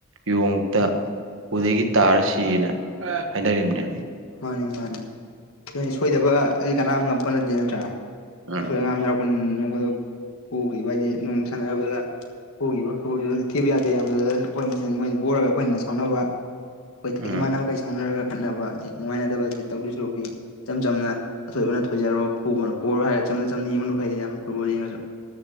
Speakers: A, on the right; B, on the left.
A: ꯌꯣꯡꯇ ꯎꯗꯒꯤ ꯇꯥꯔ ꯁꯤꯌꯦꯅ ꯍꯥꯏꯅꯔꯤꯕꯝꯅꯦ
B: ꯃꯥꯅꯤ ꯃꯥꯅꯤ ꯑꯗꯨꯅꯤ ꯁꯣꯏꯗꯕꯗꯤ ꯀꯅꯥꯝ ꯉꯛꯄ ꯅꯠꯇꯦ ꯅꯠꯇ꯭ꯔꯥ
A: ꯎꯝ
B: ꯑꯁꯣꯏ ꯑꯉꯥꯝ ꯌꯥꯎꯔ ꯈꯨꯟ ꯅꯣꯡꯈꯗꯣꯛ ꯄꯨꯈꯤꯕ ꯍꯥꯏꯗꯤ ꯅꯣꯡ ꯁꯥꯟꯅꯔꯕꯗ ꯎꯈꯤꯕꯗꯤ ꯊꯤꯕ ꯌꯥꯗꯦ ꯌꯥꯝꯕꯗꯨꯗ ꯑꯩꯈꯣꯏ ꯃꯁꯦꯟ ꯃꯣꯏꯅ ꯄꯣꯔꯒ ꯑꯩꯈꯣꯏꯅ ꯁꯥꯎꯅꯕ ꯑꯩꯈꯣꯏ
A: ꯎꯝ
B: ꯏꯃꯥꯟꯅꯕꯈꯩ ꯁꯥꯎꯅꯔꯒ ꯈꯠꯅꯕ ꯍ ꯅꯨꯡꯉꯥꯏꯅꯗꯕꯗꯤ ꯇꯧꯗꯁꯨꯧꯗꯦ ꯏꯆꯝ ꯆꯝꯅ ꯑꯊꯣꯏꯕꯅ ꯊꯣꯏꯖꯔꯣ ꯑꯄꯣꯕꯅꯥ ꯄꯣꯔꯣ ꯍꯥꯏꯔ ꯆꯝꯅ ꯆꯝꯅ ꯌꯦꯡꯕꯅ ꯐꯩꯗꯦ ꯌꯥꯝꯅ ꯐꯨꯠꯕꯣꯜ ꯌꯦꯡꯉꯁꯨ